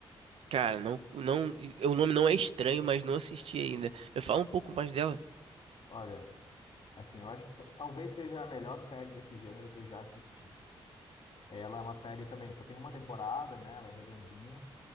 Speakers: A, on the right; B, on the left.
A: Cara, não, não, o nome não é estranho, mas não assisti ainda. Me fala um pouco mais dela.
B: Olha, assim, eu acho que t- talvez seja a melhor série desse gênero que eu já assisti. Ela é uma série também, só tem uma temporada, né? Ela é redondinha